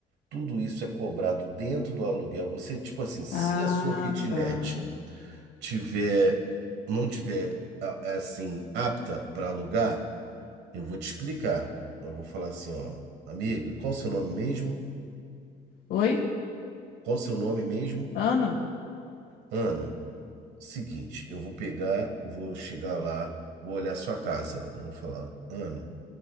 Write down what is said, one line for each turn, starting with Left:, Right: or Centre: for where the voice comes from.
Right: tudo isso é cobrado dentro do aluguel. Você, tipo assim, se
Left: Ah,
Right: a sua kitnet
Left: tá.
Right: tiver, não tiver a- é assim apta para alugar, eu vou te explicar. Eu vou falar assim, ó, amiga, qual o seu nome mesmo?
Left: Oi?
Right: Qual o seu nome mesmo?
Left: Ana?
Right: Ana, seguinte, eu vou pegar, vou chegar lá, vou olhar sua casa, Ana. Eu Vou falar, Ana,